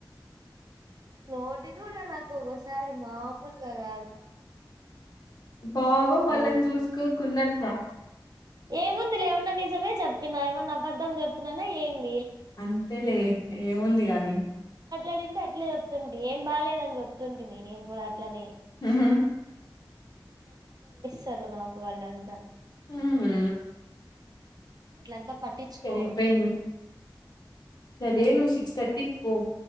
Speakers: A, on the right; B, on the left.
A: నూరు ఒకొకసారి మామూలుగా కాదు
B: పావం వాళ్ళని
A: అయి
B: చూసుకో కుందంట్నే
A: ఏముంది లే ఉన్నా నిజమే చెప్పినా ఏమన్నా అబద్ధం చెప్పినాన ఏమి
B: అంతే లే ఏముంది గాని
A: ఈడుంటే అట్లే చెప్తుంటే ఏం బాలేదు అని చెప్తుంటీని నేను కూడా అట్లనే
B: ఉహు
A: ఇస్తారు నాకు వాళ్ళంతా
B: అవునా
A: అట్లంతా పట్టించుకోకూడదు
B: సరే ఇప్పుడేమి మరేమో సిక్స్ థర్టీ కిపో